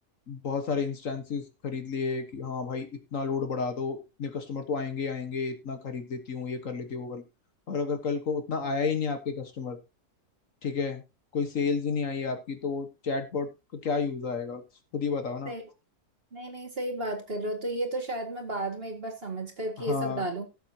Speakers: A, on the left; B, on the right.
A: बहुत सारे इंस्टेंसेस खरीद लिए कि हाँ भाई इतना लोड बढ़ा दो इतने कस्टमर तो आएंगे ही आएंगे इतना खरीद लेती हूँ ये कर लेती हूँ वो कर ले- और अगर कल को उतना आया ही नहीं आपके कस्टमर ठीक है कोई सेल्स ही नहीं आई आपकी तो चैटबॉट का क्या यूज आएगा खुद ही बताओ ना
B: सही नहीं नहीं सही बात कर रहे हो तो ये तो शायद मैं बाद में एक बार समझ कर कि
A: हाँ
B: ये सब डालूं